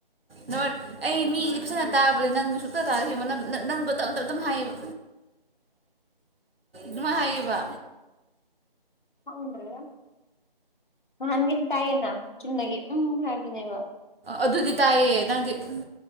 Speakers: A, on the right; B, on the left.
A: ꯅ ꯑꯩ ꯃꯤꯗꯤ ꯐꯖꯅ ꯇꯥꯕꯅꯦ ꯅꯪ ꯁꯨꯛꯇ ꯇꯥꯔ ꯍ ꯅꯪꯗꯣ ꯇꯞꯅ ꯇꯞ ꯑꯗꯨꯝ ꯍꯥꯏꯌꯦꯕ ꯅꯃꯥꯏ ꯍꯥꯏꯕ
B: ꯍꯪꯗ꯭ꯔꯗ ꯅꯍꯥꯟꯒꯤꯗꯤ ꯇꯥꯏꯌꯦꯅ ꯆꯨꯝꯅꯒꯤ ꯎꯝ ꯍꯥꯏꯕꯗꯨꯅꯦꯕ
A: ꯑꯗꯨꯗꯤ ꯇꯥꯏꯌꯦ ꯅꯪꯗꯤ ꯎꯝ